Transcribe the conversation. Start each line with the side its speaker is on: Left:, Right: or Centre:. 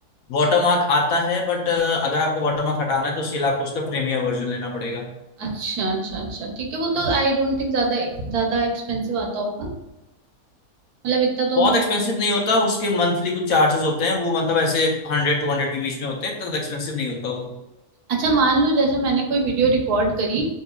Left: वाटरमार्क आता है बट अगर आपको वाटरमार्क हटाना है तो सिर्फ आपको उसका प्रीमियम वर्जन लेना पड़ेगा
Right: अच्छा अच्छा अच्छा ठीक है वो तो आई डोंट थिंक ज्यादा ज्यादा एक्सपेंसिव आता होगा मतलब इतना तो
Left: बहुत
Right: हम
Left: एक्सपेंसिव नहीं होता उसके मंथली कुछ चार्जेस होते हैं वो मतलब ऐसे हंड्रेड टू हंड्रेड के बीच में होते हैं तो एक्सपेंसिव नहीं होता वो
Right: अच्छा मान लो जैसे मैंने कोई वीडियो रिकॉर्ड करी